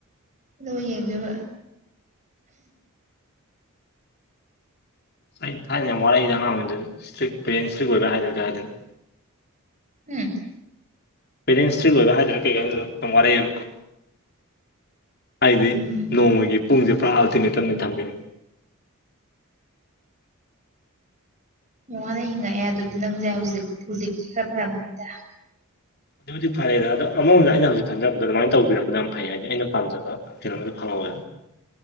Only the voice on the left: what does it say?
ꯑꯩ ꯊꯥꯏꯅ ꯌꯥꯝ ꯋꯥꯔꯛꯏꯗ ꯑꯉꯥꯡ ꯑꯣꯏꯔꯤꯉꯩꯗꯗꯤ ꯏꯁꯇ꯭ꯔꯤꯛ ꯄꯦꯔꯦꯟꯁ ꯏꯁꯇ꯭ꯔꯤꯛ ꯑꯣꯏꯕ ꯍꯥꯏꯗꯣꯏꯔ ꯀꯩ ꯍꯥꯏꯗꯣꯏꯅꯣ
ꯄꯦꯔꯦꯟꯁ ꯏꯁꯇ꯭ꯔꯤꯛ ꯑꯣꯏꯕ ꯍꯥꯏꯗꯣꯏꯔ ꯀꯩ ꯍꯥꯏꯗꯣꯏꯅꯣ ꯌꯥꯝ ꯋꯥꯔꯛꯑꯦꯕ ꯍꯥꯏꯗꯤ
ꯅꯣꯡꯃꯒꯤ ꯄꯨꯡꯖꯦ ꯄꯨꯔꯥ ꯑꯜꯇꯤꯃꯦꯇꯝꯅꯤ ꯊꯝꯃꯤꯖꯦ
ꯍꯧꯖꯤꯛꯄꯨꯗꯤ ꯐꯥꯔꯦꯗ ꯑꯗꯣ ꯑꯃꯥꯔꯣꯝꯗ ꯑꯩꯅ ꯍꯧꯖꯤꯛ ꯈꯟꯖꯔꯛꯄꯗ ꯑꯗꯨꯃꯥꯏꯅ ꯇꯧꯕꯤꯔꯛꯄꯗꯣ ꯌꯥꯝ ꯐꯩ ꯍꯥꯏꯗꯤ ꯑꯩꯅ ꯄꯥꯝꯖꯕ ꯀꯩꯅꯣꯝꯗꯤ ꯐꯪꯍꯧꯋꯦ